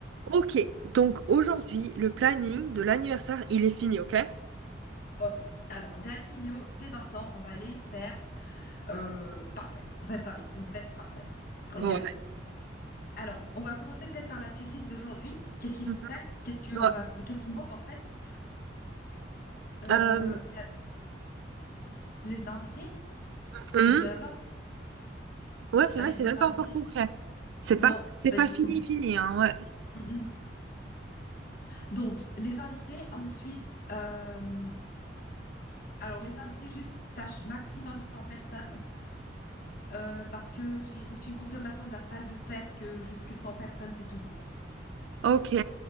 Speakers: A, on the right (about 80°); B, on the left (about 50°).
A: Ok, donc aujourd'hui, le planning de l'anniversaire, il est fini, ok?
B: Ok, alors Daimilio, c'est 20 ans, on va les faire euh, parfaites. En fait, ça va être une fête parfaite. Ok.
A: Ouais.
B: Alors, on va commencer peut-être par la checklist d'aujourd'hui. Qu'est-ce qu'il
A: Mhm.
B: faut faire? Qu'est-ce que
A: Ouais,
B: on va, qu'est-ce qui manque en fait? Euh,
A: Euh,
B: Il y a les invités.
A: hum,
B: On est bien d'accord?
A: ouais, c'est
B: La
A: vrai,
B: liste
A: c'est
B: des
A: même
B: invités?
A: pas encore concret. C'est
B: Non,
A: pas, c'est
B: pas
A: pas
B: du
A: fini,
B: tout.
A: fini, hein, ouais.
B: Mm-mm. Donc, les invités. Ensuite, euh, alors les invités juste sache maximum 100 personnes euh, parce que j'ai reçu une confirmation de la salle de fête que jusque 100 personnes c'est tout bon.
A: Ok,